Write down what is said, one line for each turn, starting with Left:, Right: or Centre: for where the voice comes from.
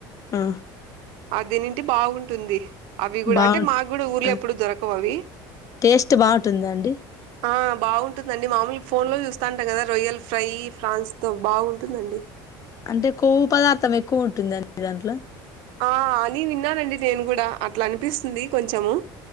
Left: ఆ
Right: అ దీనింటి బాగుంటుంది. అవి గుడా
Left: బాగుం
Right: అంటే మాగుడా ఊర్లే
Left: ఆ
Right: ఎప్పుడు దొరకవ్ అవి
Left: టేస్ట్ బాగుంటుందా అండి
Right: ఆ బాగుంటుందండి మామూలుగా ఫోన్ లో చూస్తాంటాం కదా రొయల్ ఫ్రై ఫ్రాన్స్ తో బాగుంటుందండి
Left: అంటే కొవ్వు పదార్థం ఎక్కువ ఉంటుందా అండి దాంట్లో
Right: ఆ అని విన్నానండి నేను గూడా అట్లా అనిపిస్తుంది కొంచము